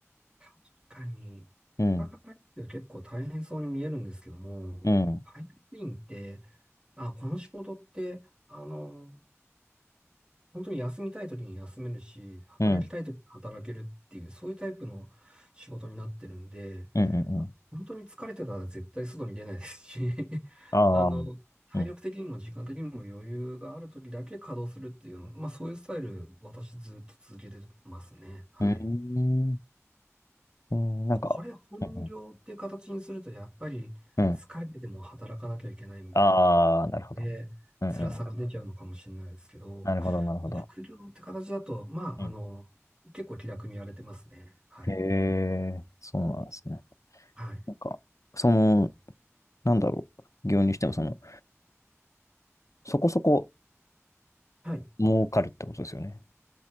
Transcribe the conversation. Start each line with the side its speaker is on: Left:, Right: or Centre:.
Right: 確かに、
Left: うん、
Right: だからって結構大変そうに見えるんですけども、
Left: うん、
Right: 配達員って、あ、この仕事って、あの、本当に休みたい時に休めるし、働きたい時に働けるっていう、
Left: うん、うん、
Right: そういうタイプの仕事になってるんで、
Left: うん、うん。
Right: あ本当に疲れてたら絶対外に出ないですし、<laughs>
Left: ああ、
Right: あの、
Left: うん、
Right: 体力的にも時間的にも余裕がある時だけ稼働するっていうの、
Left: うん、
Right: まあそういうスタイル、私ずっと続けてますね。はい。
Left: うん、うんなんか、
Right: まあ、これ本業っていう形にすると、
Left: うん
Right: やっぱり疲れてても働かなきゃいけないみたいなとこ
Left: うん、うん。ああ、なるほど。
Right: ろで、
Left: うん、
Right: 辛さが出ちゃうのかもしれないですけど、
Left: うん。なるほど、なるほど。
Right: 副業って形だと、まあ、
Left: うん
Right: あの、結構気楽にやれてますね。はい。
Left: へえ、そうなんですね。
Right: はい。
Left: なんか、その、なんだろう、副業にしても、その、そこそこ
Right: はい。
Left: 儲かるってことですよね。